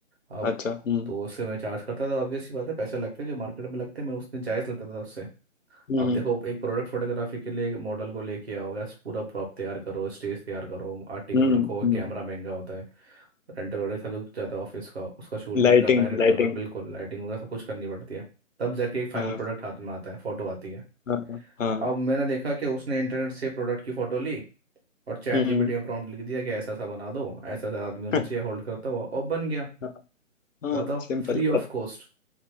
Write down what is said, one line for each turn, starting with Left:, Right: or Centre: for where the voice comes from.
Right: अब
Left: अच्छा हम्म
Right: तो उससे मैं चार्ज करता था ऑब्वियस सी बात है पैसे लगते हैं जो मार्केट में लगते हैं मैं उसने जायज़ लेता था उससे
Left: हम्म
Right: अब देखो एक प्रोडक्ट फोटोग्राफी के लिए एक मॉडल को लेके आओ या पूरा प्रॉप तैयार करो स्टेज तैयार करो आर्टिकल
Left: हम्म
Right: रखो
Left: हम्म
Right: कैमरा महंगा होता है रेंटल वेंटल सब जो जाता है ऑफिस का उसका शूट वूट
Left: Lighting
Right: करना एडिट
Left: lighting
Right: करना बिल्कुल लाइटिंग वगैरह सब कुछ करनी पड़ती है तब जाके एक फाइनल
Left: हाँ
Right: प्रोडक्ट हाथ में आता है फोटो आती है
Left: हाँ हाँ
Right: अब मैंने देखा कि उसने इंटरनेट से प्रोडक्ट की फ़ोटो ली और चैट
Left: हम्म
Right: जीपीटी में प्रॉम्प्ट लिख दिया कि ऐसा ऐसा बना दो ऐसा ऐसा आदमी होना
Left: <laughs>
Right: चाहिए होल्ड करता हुआ और बन गया
Left: हाँ हाँ
Right: बताओ
Left: सिंपल
Right: फ्री ऑफ कॉस्ट